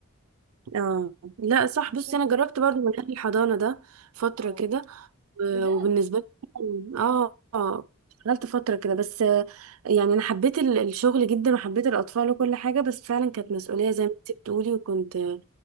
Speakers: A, on the right (about 70°); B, on the right (about 40°).
A: اه لا صح
B: حسيت
A: بصي انا جربت برضو منهج الحضانه ده فتره
B: اه
A: كده و-
B: بجد
A: وبالنسبة لي
B: اه
A: اه آه، اشتغلت فترة كده بس آه، يعني انا حبيت ال- الشغل جدا وحبيت الاطفال وكل حاجة بس فعلا
B: أمم،
A: كانت مسؤولية زي ما انت بتقولي وكنت آه،